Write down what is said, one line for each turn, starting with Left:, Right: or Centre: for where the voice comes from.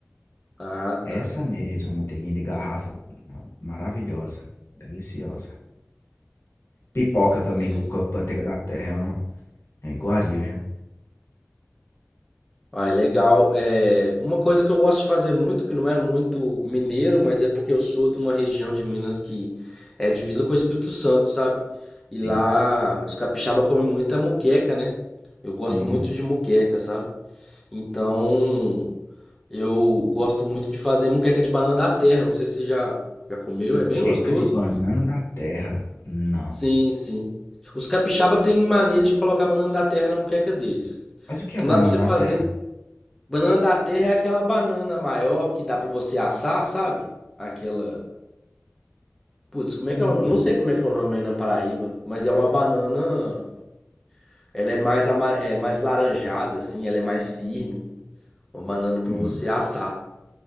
Centre: Ah,
Left: Essa
Centre: tá.
Left: mesmo. A manteiguinha de garrafa. ah, Maravilhosa. Deliciosa. Pipoca também
Centre: Sim.
Left: com com a manteiga da terra. É uma, é uma iguaria, viu?
Centre: Ah, é legal. É, uma coisa que eu gosto de fazer muito, que não é muito mineiro, mas é porque eu sou de uma região de Minas que é divisa com o Espírito Santo, sabe? E lá
Left: Sim.
Centre: os capixaba comem muita moqueca né? Eu gosto
Left: Hum.
Centre: muito de moqueca sabe? Então, eu gosto muito de fazer moqueca de banana da terra. Não sei se você já, já comeu,
Left: Moqueca
Centre: é bem gostoso.
Left: de banana da terra. Não.
Centre: Sim, sim. Os capixaba têm mania de colocar banana da terra na moqueca deles.
Left: Mas o que
Centre: Então
Left: é banana
Centre: dá pra você
Left: da
Centre: fazer
Left: terra?
Centre: Banana da terra é aquela banana maior que dá pra você assar, sabe? Aquela. Putz, como é
Left: Hum.
Centre: que é o... Eu não sei como é que é o nome aí na Paraíba, mas é uma banana. Ela é mais, ama... é mais laranjada, assim, ela é mais firme. Uma banana pra
Left: Hum.
Centre: você assar.